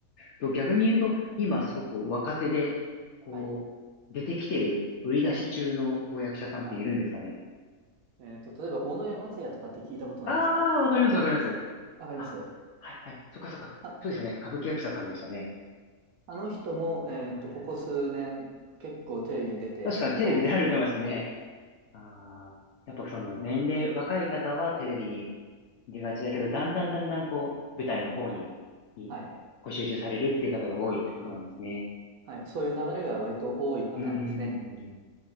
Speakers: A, on the left; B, on the right.
A: と逆に言うと、今すごく若手で、こう、
B: はい。
A: 出てきてる、売り出し中のこう役者さんっているんですかね。
B: はい。えっと、例えば、尾上松也とかって聞いたことないですか
A: ああ、わかりますわかります。
B: わかります
A: あ、はいはい。そっかそっか。
B: あ
A: そうですよね。歌舞伎役者さんでしたね。
B: あの人も、えっと、
A: はいはい。
B: ここ数年、結構テレビに出て、
A: 確かにテレビ出られてますね。
B: 顔をつ、
A: ああ、やっぱその年齢、若い方はテレビに出がちだけど、だんだんだんだんこう、舞台の方に、いご集中されるっていう方が多いってことなんですね。
B: はい、はい、そういう流れが割と多いパターンですね。
A: うーん。